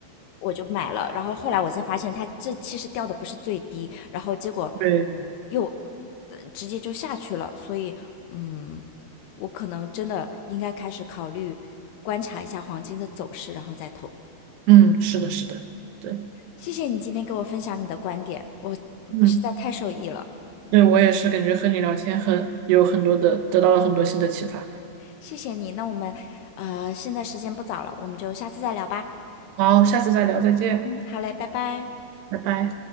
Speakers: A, on the left (about 75°); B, on the right (about 75°).
A: 我就买了，然后后来我才发现它这其实掉的不是最低，然后结果
B: 对，
A: 又呃直接就下去了，所以嗯，我可能真的应该开始考虑观察一下黄金的走势，然后再投。
B: 嗯，是的，是的，对，
A: 谢谢你今天给我分享你的观点，我实在太受益了，
B: 嗯，对我也是感觉和你聊天很有很多的，得到了很多新的启发。
A: 谢谢你。那我们，呃，现在时间不早了，我们就下次再聊吧。
B: 好，下次再聊，再见，
A: 好嘞，拜拜。
B: 拜拜。